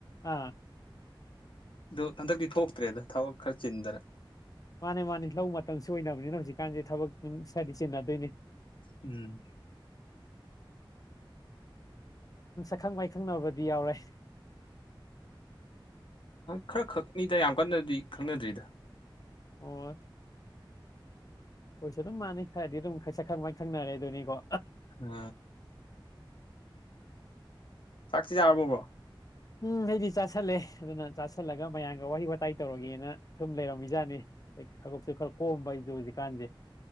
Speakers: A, on the left; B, on the left.
A: ꯑꯥ
B: ꯑꯗꯨꯣ ꯍꯟꯗꯛꯇꯤ ꯊꯣꯛꯇ꯭ꯔꯦꯗ ꯊꯕꯛ ꯈꯔ ꯆꯤꯟꯗꯅ
A: ꯃꯥꯅꯦ ꯃꯥꯅꯤ ꯂꯧ ꯃꯇꯝꯁꯨ ꯑꯣꯏꯅꯕꯅꯤꯅ ꯍꯧꯖꯤꯛꯀꯥꯟꯁꯦ ꯊꯕꯛꯇ ꯁꯏꯗꯤ ꯆꯦꯟꯅꯗꯣꯏꯅꯤ
B: ꯎꯝ
A: ꯏꯈꯪ ꯃꯥꯏꯈꯪꯅꯕꯗꯤ ꯌꯥꯎꯔꯦ
B: ꯈꯔ ꯈꯛꯅꯤꯗ ꯌꯥꯝ ꯀꯟꯅꯗꯤ ꯈꯪꯅꯗ꯭ꯔꯤꯗ
A: ꯍ ꯍꯣꯏꯁꯨ ꯑꯗꯨꯝ ꯃꯥꯟꯅꯩ ꯈꯔꯗꯤ ꯑꯗꯨꯝ ꯁꯛꯈꯪ ꯃꯥꯏ ꯈꯪꯅꯔꯦ ꯑꯗꯨꯣꯏꯅꯤꯀꯣ
B: ꯑ
A: <unintelligible>
B: ꯆꯥꯛꯁꯤꯗꯔꯔꯕꯕꯣ
A: ꯎꯝ ꯑꯩꯗꯤ ꯆꯥꯥꯁꯜꯂꯦ ꯑꯗꯨꯅ ꯆꯥꯥꯁꯜꯂꯒ ꯃꯌꯥꯝꯒ ꯋꯥꯍꯩ ꯋꯥꯇꯥꯏ ꯇꯧꯔꯒꯦꯅ ꯁꯨꯝ ꯂꯩꯔꯝꯃꯤꯖꯥꯠꯅꯤ ꯕꯛꯁꯨ ꯈꯔ ꯀꯣꯝꯕ ꯑꯩꯗ ꯍꯧꯖꯤꯛ ꯀꯥꯟꯖꯦ